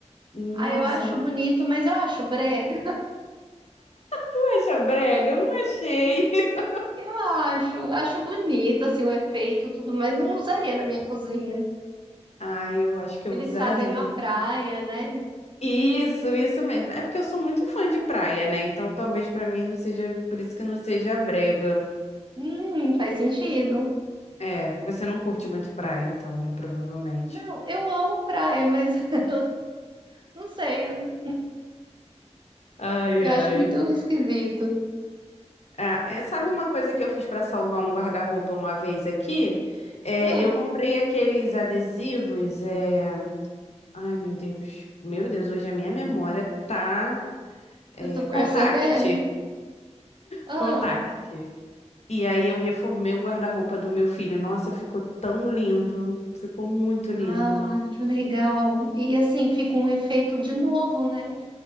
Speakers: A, on the left; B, on the right.
A: Nossa,
B: Ah, eu acho
A: é uma.
B: bonito, mas eu acho brega.
A: Tu acha brega? Eu não achei. <laughs>
B: Eu acho, acho bonito assim o efeito, tudo, mas não usaria na minha cozinha.
A: Ai, eu acho que
B: Eles
A: eu usaria.
B: fazem uma praia, né?
A: Isso, isso mesmo. É porque eu sou muito fã de praia, né? Então talvez pra mim não seja, por isso que não seja brega.
B: Hum, faz sentido.
A: É, você não curte muito praia, então, né? Provavelmente.
B: Não, eu amo praia, mas <laughs> não sei, eu,
A: Ai,
B: eu
A: ai.
B: acho muito esquisito.
A: Ah, é, sabe uma coisa que eu fiz para salvar um guarda-roupa uma vez aqui? É,
B: Ah,
A: eu comprei aqueles adesivos. É... Ai, meu Deus. Meu Deus, hoje a minha memória tá. É...
B: eu tô
A: Contact.
B: percebendo. Ah,
A: Contact. E aí eu reformei o guarda-roupa do meu filho. Nossa, ficou tão lindo. Ficou muito lindo.
B: ah, que legal. E assim fica um efeito de novo, né?